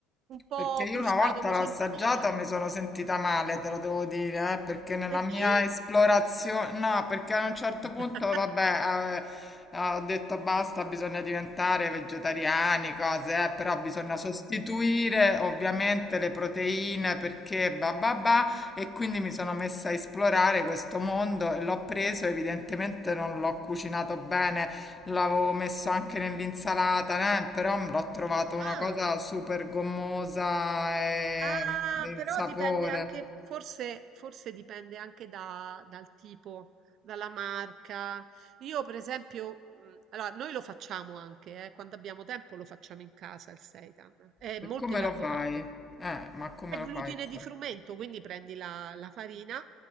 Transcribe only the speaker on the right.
un po'
bruscato
così
in padella.
Perché?
<laughs>
Ah.
Ah,
però
dipende anche, forse, forse dipende anche da- dal tipo, dalla marca. Io, per esempio, mm, allora, noi lo facciamo anche, eh, quando abbiamo tempo lo facciamo in casa il seitan. È
molto
elaborato.
È
glutine
di frumento, quindi prendi la, la farina,